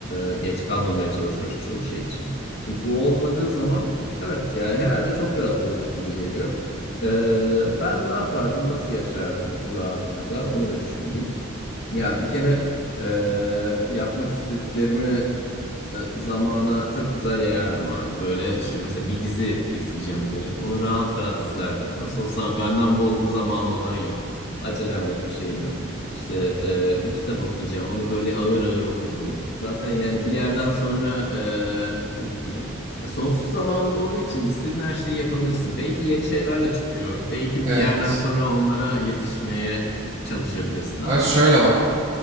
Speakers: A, on the left; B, on the right.
A: Ee, geç kalmamaya çalışıyoruz çoğu şey için. Şimdi bu olmadığı zaman evet yani herhalde çok rahat olurduk gibi geliyor. Ee, ben ne yapardım, nasıl yaşardım bu rahatlıkta onu bir düşüneyim. Ya bir kere e, yapmak istediklerimi e, zamana çok güzel yayardım abi. Böyle işte mesela bir dizi izleyeceğim diyelim. Onu rahat rahat izlerdim. Nasıl olsa benden bol zamanı olan yok. Acelem yok, bir şeyim yok. İşte e, bir kitap okuyacağım. Onu böyle ağır ağır okurdum. Zaten yani bir yerden sonra e, nasıl diyeyim? Ya sonsuz zamanlı olduğu için istediğin her şeyi yapabilirsin. Belki yeni şeyler de çıkıyor. Belki
B: Evet.
A: bir yerden sonra onlara yetişmeye çalışabilirsin ama...
B: Abi şöyle bak.